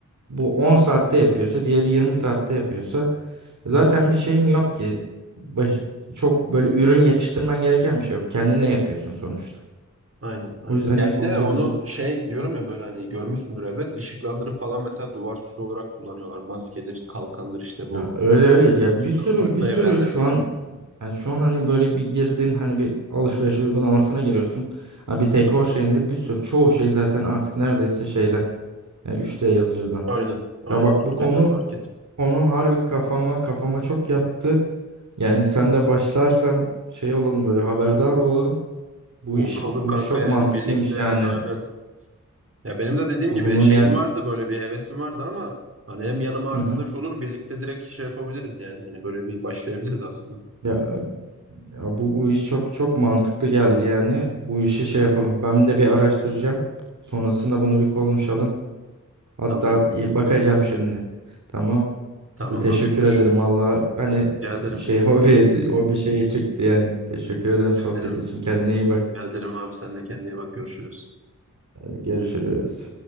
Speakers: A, on the right (about 70°); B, on the right (about 50°).
A: bu 10 saatte yapıyorsa, diğeri 20 saatte yapıyorsa zaten
B: Aynen.
A: bir şeyin yok ki. Baş- çok böyle ürün yetiştirmen gereken bir şey yok. Kendine yapıyorsun sonuçta.
B: Aynen. Aynen.
A: O yüzden
B: Ya
A: yapılabilecek
B: bir de onu şey diyorum ya böyle hani görmüşsündür elbet. Işıklandırı falan mesela duvar süsü olarak kullanıyorlar. Maskedir, kalkandır işte bu
A: ya öyle öyle ya
B: dışında
A: bir sürü
B: farklı
A: bir sürü
B: evrenlerdeki
A: şu an
B: film.
A: yani şu an hani böyle bir girdin hani bir alışveriş uygulamasına giriyorsun. Ha bir dekor şeyinde bir sürü çoğu şey zaten artık neredeyse şeyden. Yani 3D yazıcıdan.
B: Aynen. Aynen
A: Ya bak
B: onu
A: bu konu
B: ben de fark ettim.
A: Konu harbi kafama kafama çok yattı. Yani sen de başlarsan şey olalım böyle haberdar olalım. Bu
B: Olur
A: iş
B: olur
A: bu
B: kanka
A: iş çok
B: yani
A: mantıklıymış
B: birlikte
A: yani.
B: aynen. Ya benim de dediğim
A: Bunu
B: gibi şeyim
A: yani
B: vardı böyle bir hevesim vardı ama hani hem yanıma arkadaş
A: hı hı.
B: olur birlikte direkt şey yapabiliriz yani. Hani böyle bir başlayabiliriz aslında.
A: Ya, ya bu, bu iş çok çok mantıklı geldi yani. Bu işi şey yapalım. Ben de bir araştıracağım. Sonrasında bunu bir konuşalım. Hatta
B: Tamam.
A: bakacağım şimdi. Tamam.
B: Tamam
A: Teşekkür
B: abi görüşürüz.
A: ederim. Valla hani
B: Rica ederim.
A: şey <laughs> hobi o bir şeye çıktı yani. Teşekkür ederim
B: Rica
A: sohbet
B: ederim.
A: için. Kendine iyi bak.
B: Rica ederim abi sen de kendine bak görüşürüz.
A: Hadi görüşürüz.